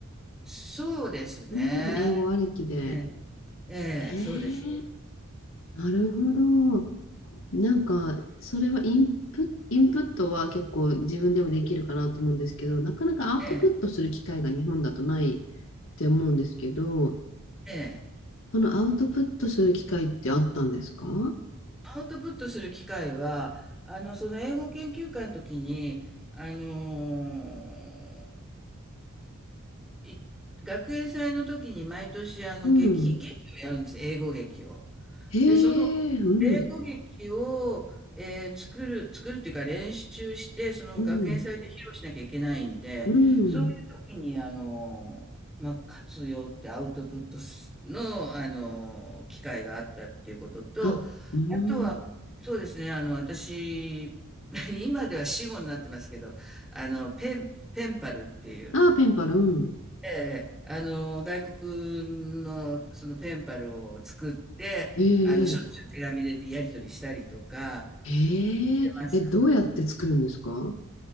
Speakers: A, in the centre; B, on the left.
A: そうですね。
B: うん、英語ありきで。
A: ええ、ええ、
B: えー、
A: そうですね。
B: なるほど。なんか、それはインプ、インプットは結構自分でもできるかなと思うんですけど、なかなかアウトプットする機会が日本だとないって思うんですけど、
A: ええ、ええ。
B: そのアウトプットする機会ってあったんですか
A: アウトプットする機会は、あの、その英語研究会の時に、あの、い学園祭の時に毎年、あの、
B: うん。
A: 劇、劇をやるんです。英語劇を。
B: へ
A: で、その英語劇を、
B: え、うん、
A: えー作る、作るっていうか練習して、その学園祭で披露しなきゃいけないんで、
B: うん、うん。
A: そういう時に、あの、まあ、活用ってアウトプットすの、あの、機会があったっていうことと、
B: あ、うん。
A: あとは、そうですね、あの、私、<laughs> 今では死語になってますけど、あの、ペン、ペンパルっていう、
B: ああ、ペンパル、うん。
A: ええ、あの、外国のそのペンパルを作って、
B: ええ
A: あの、しょっちゅう手紙でやり取りしたりとか
B: えええ、
A: してました。
B: どうやって作るんですか